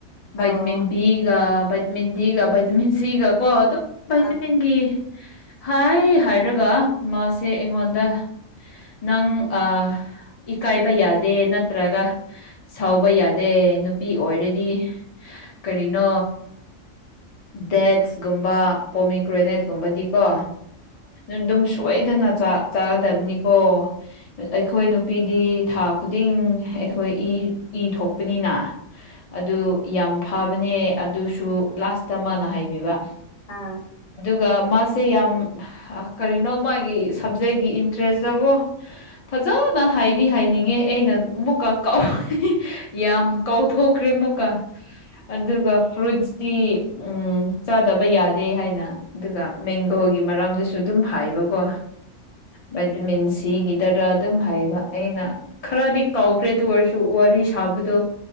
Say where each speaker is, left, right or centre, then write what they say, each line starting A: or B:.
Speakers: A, on the left (about 40°); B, on the left (about 70°).
A: ꯑꯧ
B: ꯩꯠꯃꯤꯟꯕꯤꯒ ꯩꯠꯃꯤꯟ ꯒ ꯩꯇꯃꯤꯟ ꯁꯤꯒ ꯀꯣ ꯑꯗꯨ ꯥꯏꯇ
A: ꯑꯧ
B: ꯃꯤꯦ ꯍ ꯍꯥꯏꯔꯒ ꯃꯥꯁꯦ ꯑꯩꯉꯣꯟꯗ ꯅꯪ ꯑ ꯏꯀꯥꯏꯕ ꯌꯥꯗꯦ ꯅꯠꯇ꯭ꯔꯒ ꯁꯥꯎꯕ ꯌꯥꯗꯦ ꯅꯨꯄꯤ ꯑꯣꯏꯔꯗꯤ ꯀꯔꯤꯅꯣ ꯗꯦꯠꯁꯀꯨꯝꯕ ꯄꯣꯃꯤꯒ꯭ꯔꯦꯅꯦꯠꯀꯨꯝꯕꯗꯤꯀꯣ ꯑꯗꯨꯝ ꯁꯣꯏ ꯐꯖꯅ ꯆꯥꯒꯗꯕꯅꯤꯀꯣ ꯑꯩꯈꯣꯏ ꯅꯨꯄꯤꯗꯤ ꯊꯥ ꯈꯨꯗꯤꯡ ꯑꯩꯈꯣꯏ ꯑꯩꯈꯣꯏ ꯏ ꯏ ꯊꯣꯛꯄꯅꯤꯅ ꯑꯗꯨ ꯌꯥꯝ ꯐꯕꯅꯦ ꯑꯗꯨꯁꯨ ꯂꯥꯁꯇ ꯃꯥꯅ ꯍꯥꯏꯕꯤꯕ
A: ꯑꯥ
B: ꯑꯗꯨꯒ ꯃꯥꯁꯦ ꯌꯥꯝ ꯀꯔꯤꯅꯣ ꯃꯥꯒꯤ ꯁꯞꯖꯦꯛꯀꯤ ꯏꯟꯇꯔꯦꯁꯇꯀꯣ ꯐꯖꯅ ꯍꯥꯏꯗꯤ ꯍꯥꯏꯅꯤꯡꯉꯦ ꯑꯩꯅ ꯑꯃꯨꯛꯀ ꯀꯥꯎ ꯌꯥꯝ ꯀꯧꯊꯣꯛꯈ꯭ꯔꯦ ꯑꯃꯨꯛꯀ ꯑꯗꯨꯒ ꯐ꯭ꯔꯨꯠ ꯇꯤ ꯎꯝ ꯆꯥꯗꯕ ꯌꯥꯗꯦ ꯍꯥꯏꯅ ꯑꯗꯨꯒ ꯃꯦꯡꯒꯣ ꯑꯗꯨꯁꯨ ꯑꯗꯨꯝ ꯐꯥꯏꯕꯀꯣ ꯚꯥꯏꯇꯥꯃꯤꯟꯁ ꯁꯤꯒꯤꯗꯔ ꯑꯗꯨꯝ ꯍꯩꯕ ꯑꯩꯅ ꯈꯔꯗꯤ ꯀꯥꯎꯈ꯭ꯔꯦꯗ ꯑꯣꯏꯔꯁꯨ ꯋꯥꯔꯤ ꯁꯥꯕꯗꯣ